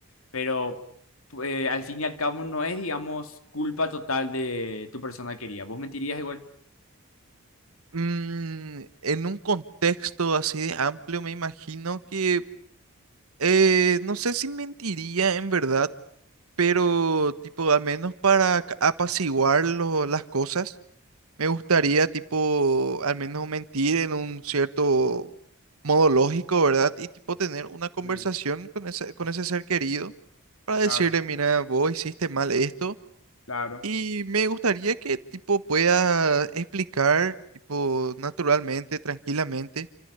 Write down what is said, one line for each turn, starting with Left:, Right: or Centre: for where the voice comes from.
Left: Pero eh, al fin y al cabo no es, digamos, culpa total de tu persona querida. ¿Vos mentirías igual?
Right: Mm, en un contexto así de amplio me imagino que, eh, no sé si mentiría en verdad, pero tipo al menos para ca- apaciguar lo- las cosas. Me gustaría, tipo, al menos mentir en un cierto modo lógico, ¿verdad? Y, tipo, tener una conversación
Left: Sí,
Right: con ese, con ese ser querido para decirle,
Left: claro,
Right: mira, vos hiciste mal esto.
Left: claro.
Right: Y me gustaría que, tipo, pueda explicar, tipo, naturalmente, tranquilamente,